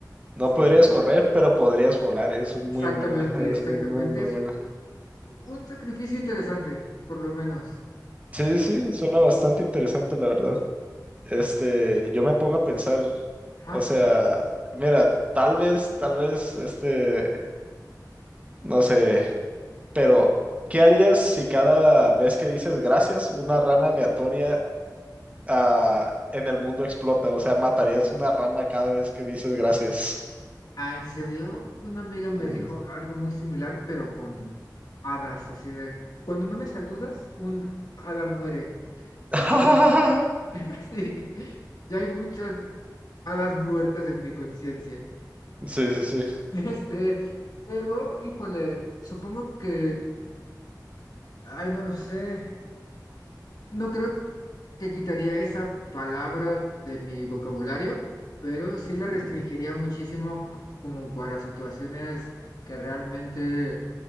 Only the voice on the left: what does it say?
Sí,
sí, sí.
Exactamente,
exactamente.
Es
un, un sacrificio interesante, por lo menos.
Ajá.
Ah, ¿en serio? Una amiga me
dijo algo muy similar, pero con hadas, así de, cuando no me saludas, un hada muere.
Entonces, <laughs> sí, ya hay muchas hadas muertas en mi conciencia.
<laughs> Este, pero, híjole, supongo que, ay, no lo sé. No creo que quitaría esa palabra de mi vocabulario, pero sí la restringiría
muchísimo co- como para situaciones que realmente